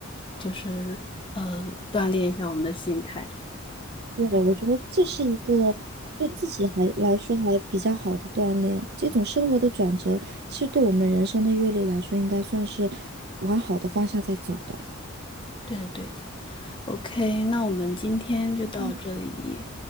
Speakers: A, on the left; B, on the right.
A: 就是呃，锻炼一下我们的心态。
B: 对，我觉得这是一个对自己还来说还比较好的锻炼。这种生活的转折，其实对我们人生的阅历来说，应该算是往好的方向在走的。
A: 对的，对的。OK，那我们今天就到这里。
B: 嗯